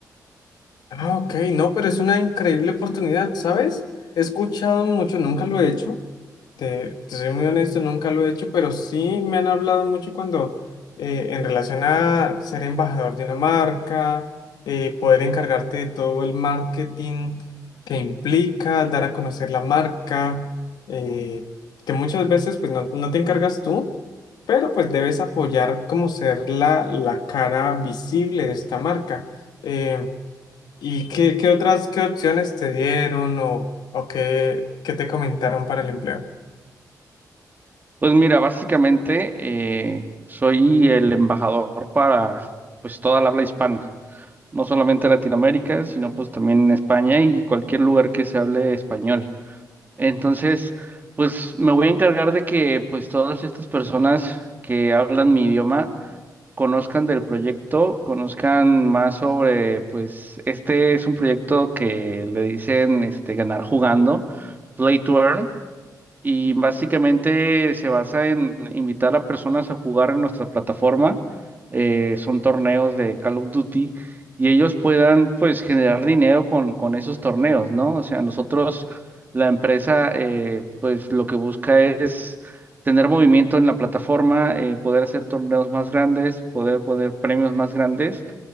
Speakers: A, on the left; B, on the right.
A: Ah, ok, no, pero es una increíble oportunidad, ¿sabes? He escuchado mucho, nunca lo he hecho, te, te soy muy honesto, nunca lo he hecho, pero sí me han hablado mucho cuando, eh, en relación a ser embajador de una marca, eh, poder encargarte de todo el marketing que implica, dar a conocer la marca, eh, que muchas veces pues no, no te encargas tú, pero pues debes apoyar como ser la, la cara visible de esta marca. Em, ¿Y qué, qué otras, qué opciones te dieron o, o qué, qué te comentaron para el empleo?
B: Pues mira, básicamente eh, soy el embajador para, pues, toda la habla hispana. no solamente Latinoamérica, sino pues también en España y cualquier lugar que se hable español. Entonces, pues me voy a encargar de que pues todas estas personas que hablan mi idioma conozcan del proyecto, conozcan más sobre pues este es un proyecto que le dicen este ganar jugando, Play to Earn y básicamente se basa en invitar a personas a jugar en nuestra plataforma. eh, son torneos de Call of Duty y ellos puedan pues generar dinero con, con esos torneos, ¿no? O sea, nosotros, la empresa, eh, pues lo que busca es tener movimiento en la plataforma, eh, poder hacer torneos más grandes, poder poner premios más grandes